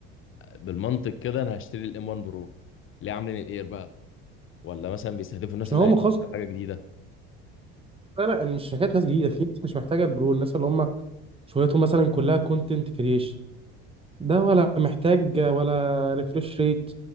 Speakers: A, on the left (about 45°); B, on the right (about 20°).
A: بالمنطق كده انا هشتري الام 1 برو ليه عاملين الاير بقى ولا مثلا بيستهدفوا الناس
B: عشان
A: اللي
B: هو
A: عايزه
B: مخصص
A: تشتري حاجه جديده
B: لا لا مش حكايه ناس جديده في ناس مش محتاجه البرو الناس اللي هم شغلتهم مثلا كلها كونتنت كريشن ده ولا محتاج ولا ريفرش ريت